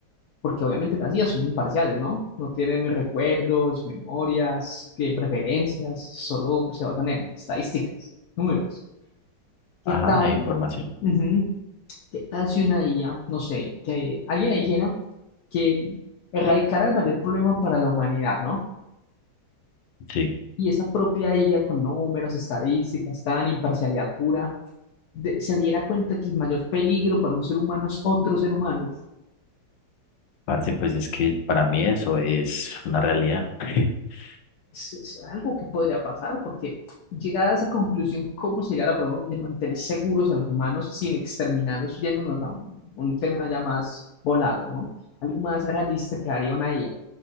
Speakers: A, on the left (about 65°); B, on the left (about 80°).
A: porque obviamente las IAs son imparciales, ¿no? No tienen recuerdos, memorias, eh, preferencias, solo se basan en estadísticas, números. ¿Qué
B: Ajá,
A: tal?
B: e información.
A: Ujú, ¿Qué tal si una IA, no sé, que alguien le dijera que erradicara el mayor problema para la humanidad, ¿no?
B: Sí,
A: Y esa propia IA con números, estadísticas, tan imparcialidad pura, de- se diera cuenta que el mayor peligro para un ser humano es otro ser humano
B: parce, pues es que para mí eso es una realidad. <laughs>
A: es, es algo que podría pasar, porque llegada a esa conclusión, ¿cómo sería la forma de mantener seguros a los humanos sin exterminarlos, yéndonos a un, un tema ya más volado, ¿no? Algo más realista que haría una IA.